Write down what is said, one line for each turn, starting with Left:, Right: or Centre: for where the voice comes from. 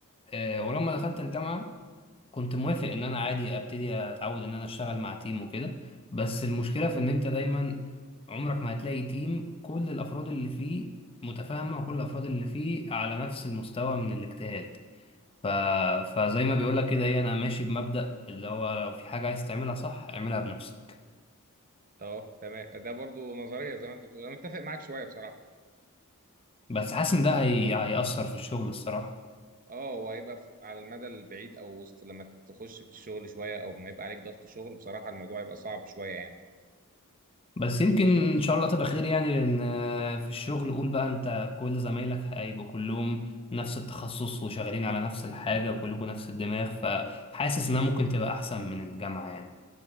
Left: أه... ولما دخلت الجامعة كنت موافق ان انا عادي ابتدي اتعود ان انا اشتغل مع تيم وكده بس المشكله في ان انت دايما عمرك ما هتلاقي تيم كل الافراد اللي فيه متفاهمه وكل الافراد اللي فيه على نفس المستوى من الاجتهاد ف... فزي ما بيقولك كده ايه انا ماشي بمبدأ اللي هو لو في حاجه عايز تعملها صح اعملها بنفسك
Right: اه تمام ده برضو نظريه زي ما انت بتقول انا متفق معاك شويه بصراحه
Left: بس حاسس ان ده هي... هيأثر في الشغل الصراحه
Right: اه وهيبقى في- على المدى البعيد او وسط لما تخش في الشغل شويه او ما يبقى عليك ضغط شغل بصراحه الموضوع يبقى صعب شويه يعني
Left: بس يمكن ان شاء الله تبقى خير يعني لان آه، في الشغل قول بقى انت كل زمايلك هيبقوا كلهم نفس التخصص وشغالين على نفس الحاجة وكلكم نفس الدماغ فحاسس انها ممكن تبقى احسن من الجامعة يعني